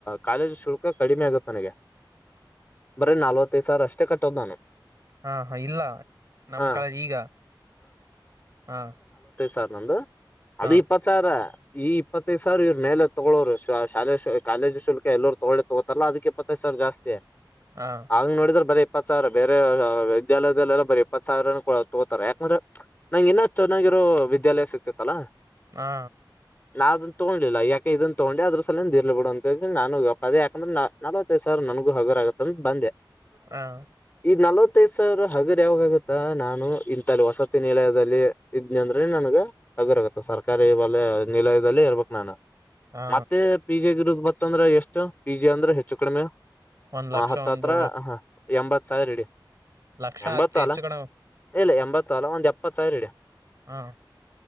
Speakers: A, on the left; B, on the right.
A: ಕಾಲೇಜ್ ಶುಲ್ಕ ಕಡಿಮೆ ಆಗುತ್ತೆ ನನಗೆ. ಬರೀ ನಲ್ವತ್ತೈದು ಸಾವರ ಅಷ್ಟೇ ಕಟ್ಟೋದು ನಾನು.
B: ಹಾ ಹಾ ಇಲ್ಲ ನಮ್
A: ಹಾ
B: ಕಾಲದ ಈಗ ಹಾ.
A: ಸರ ನಂದು
B: ಹಾ
A: ಅದ ಇಪ್ಪತ್ತ ಸಾವರ ಈ ಇಪ್ಪತ್ತೈದು ಸಾವರ ಇವ್ರ ಮೇಲೆ ತೊಗೊಳ್ಳೋರು. ಕಾಲೇಜ್ ಕಾಲೇಜು ಶುಲ್ಕ ಎಲ್ಲರರು ತೊಗೊಳ್ಳಿ ತಗೋತರಲ್ಲ ಅದಕ್ಕೆ ಇಪ್ಪತ್ತೈದು ಸಾವಿರ ಜಾಸ್ತಿ
B: ಹಾ
A: ಆಗ ನೋಡಿದ್ರೆ ಬರೀ. ಇಪ್ಪತ್ ಸಾವಿರ ಬೇರೆ ವಿದ್ಯಾಲಯದಲ್ಲೆಲ್ಲ ಬರಿ ಇಪ್ಪತ್ ಸಾವಿರ ತೊಗೋತಾರ್ ಯಾಕಂದ್ರ. ನಂಗ ಇನ್ನ ಚೆನ್ನಾಗಿರೋ ವಿದ್ಯಾಲಯ ಸಿಗ್ತತ್ತಲ್ಲಾ.
B: ಹಾ.
A: ನಾವ ಅದನ್ ತೊಗೊಂಡಿಲ್ಲ ಯಾಕೆ ಇದನ್ನ ತಗೊಂಡಿ ಅದ್ರ ಸಲ ಇರ್ಲಿ ಬಿಡುಡ ಅಂತ ಹೇಳ ನಾನು ಗಪ್. ಅದೇ ಯಾಕಂದ್ರೆ ನ ನಲವತ್ತೈದು ಸಾವಿರ ನನ್ಗೂ ಹಗರ ಆಗತ್ತ ಅಂತ ಬಂದೆ.
B: ಹಾ
A: ಈ ನಲವತ್ತೈದ್ ಸಾವಿರ ಹಗರ್ ಯಾವಾಗಾಗತ್ತಾ ನಾನು ಇಥಲ್ಲಿ ವಸತಿ ನಿಲಯದಲ್ಲಿ ಇದ್ನ. ಹಗರಗತ್ತೆ ಸರ್ಕಾರಿ ವಲಯ ನಿಲಯದಲ್ಲಿ ಇರ್ಬೇಕ್ ನಾನು.
B: ಹಾ
A: ಮತ್ತೆ ಪಿ ಜಿಗಿರುದ್ ಮತ್ತ ಅಂದ್ರ ಎಷ್ಟು ಪಿ ಜಿ ಅಂದ್ರೆ ಹೆಚ್ಚು ಕಡಿಮೆ.
B: ಒಂದ್
A: ಹ
B: ಲಕ್ಷ
A: ಹತ್ತತ್ರ
B: ಒಂದು
A: ಹ. ಎಂಬತ್ತು ಸಾವಿರ ಹಿಡಿ
B: ಲಕ್ಷ
A: ಎಂಬತ್ತ
B: ಹಚ್ಚು ಹೆಚ್ಚು
A: ಅಲ
B: ಕಣ
A: ಇಲ್ಲ ಎಂಬತ್ತ ಅಲ ಒಂದ್ ಎಪ್ಪತ್ತು ಸಾವಿರ ಇಡಿ.
B: ಹಾಂ.